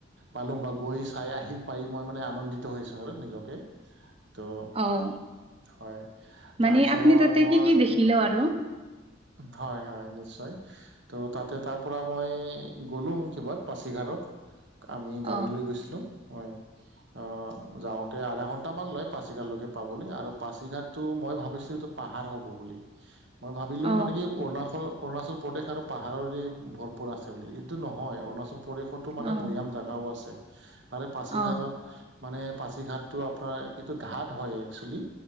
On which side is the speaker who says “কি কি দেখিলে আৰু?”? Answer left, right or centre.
Right